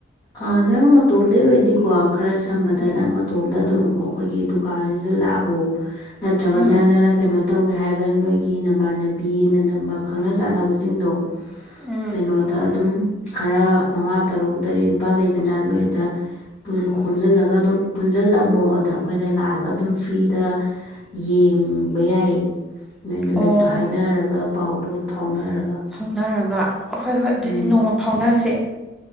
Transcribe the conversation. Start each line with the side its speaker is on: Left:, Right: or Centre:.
Left: ꯑ ꯅꯪ ꯃꯇꯣꯝꯗꯩ ꯑꯣꯏꯗꯤꯀꯣ ꯈꯔ ꯁꯝꯕꯗ
Centre: ꯎꯝ
Left: ꯅꯪ ꯇꯣꯝꯗ ꯑꯗꯨꯝ ꯑꯩꯈꯣꯏꯒꯤ ꯗꯨꯀꯥꯟꯖꯤꯗ ꯂꯥꯛꯑꯣ ꯅꯠꯇ꯭ꯔꯒ
Centre: ꯎꯝ
Left: ꯅꯅ ꯀꯩꯅꯣ ꯇꯧꯒꯦ ꯍꯥꯏꯔ ꯅꯣꯏꯒꯤ ꯅꯃꯥꯟꯅꯕꯤ ꯅꯅꯝꯃ ꯈꯪꯅ ꯆꯥꯟꯅꯕꯖꯤꯡꯗꯣ
Centre: ꯎꯝ
Left: ꯀꯩꯅꯣꯗ ꯑꯗꯨꯝ ꯈꯔ ꯃꯉꯥ ꯇꯔꯨꯛ ꯇꯔꯦꯠ ꯅꯤꯄꯥꯟ ꯂꯩꯗꯅ ꯅꯣꯏꯗ ꯈꯣꯝꯖꯤꯜꯂꯒ ꯑꯗꯨꯝ ꯄꯨꯟꯖꯜꯂꯝꯃꯣ ꯑꯗ ꯑꯩꯈꯣꯏꯅ ꯂꯥꯛꯑꯒ ꯑꯗꯨꯝ ꯐ꯭ꯔꯤꯗ ꯌꯦꯡꯕ ꯌꯥꯏ ꯅꯣꯏ ꯅꯨꯃꯤꯠꯇꯣ
Centre: ꯑꯣ
Left: ꯍꯥꯏꯅꯔꯒ ꯄꯥꯎ ꯂꯣꯟ ꯐꯥꯎꯅꯔꯒ
Centre: ꯐꯥꯎꯅꯔꯒ ꯍꯣꯏ ꯍꯣꯏ ꯑꯗꯨꯗꯤ
Left: ꯎꯝ
Centre: ꯅꯣꯡꯃ ꯐꯥꯎꯅꯁꯦ